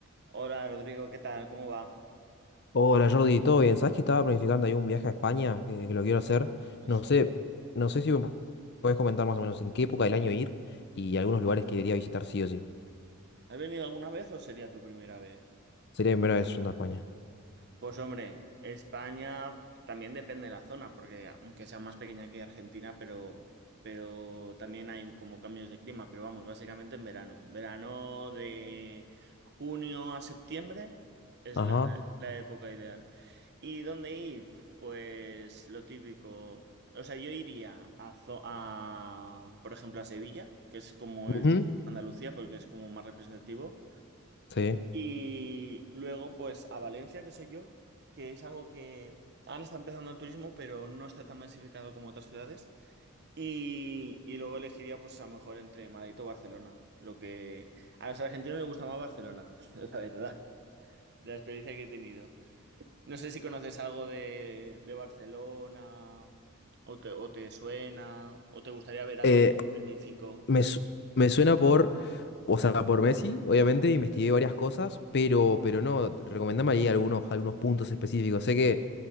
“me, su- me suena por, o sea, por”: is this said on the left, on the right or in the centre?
Left